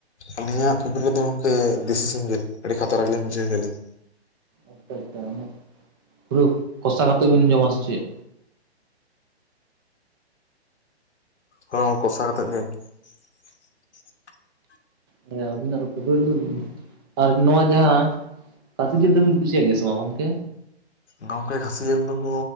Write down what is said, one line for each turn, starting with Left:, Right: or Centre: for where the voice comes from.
Left: ᱟᱹᱞᱤᱧᱟᱜ ᱯᱷᱮᱵᱨᱮᱴ ᱫᱚ ᱜᱚᱢᱠᱮ ᱫᱮᱥᱤ ᱥᱤᱢᱡᱮᱞ ᱟᱹᱰᱤ ᱠᱷᱟᱛᱨᱟ ᱜᱮᱞᱤᱧ ᱵᱩᱡᱷᱟᱹᱣ ᱜᱮᱭᱟᱞᱤᱧ᱾
Right: ᱟᱪᱪᱷᱟ ᱟᱪᱪᱷᱟ ᱯᱩᱨᱟᱹ ᱠᱚᱥᱟ ᱠᱟᱛᱮᱫ ᱵᱤᱱ ᱡᱚᱢᱟ ᱥᱮ ᱪᱮᱫ
Left: ᱦᱚᱭᱚᱝ ᱠᱚᱥᱟ ᱠᱟᱛᱮᱫ ᱜᱮ᱾ <inaudible>
Right: ᱦᱮᱸ ᱟᱹᱵᱤᱱᱟᱜ ᱫᱚ ᱟᱨ ᱱᱚᱣᱟ ᱡᱟᱦᱟᱸ᱾ ᱠᱷᱟᱥᱤ ᱡᱤᱞ ᱫᱚᱵᱤᱱ ᱠᱩᱥᱤᱭᱟᱜ ᱜᱮᱭᱟ ᱥᱮ ᱵᱟᱝ ᱜᱚᱢᱠᱮ?
Left: ᱜᱚᱢᱠᱮ ᱠᱷᱟᱹᱥᱤ ᱡᱤᱞ ᱫᱚᱠᱚ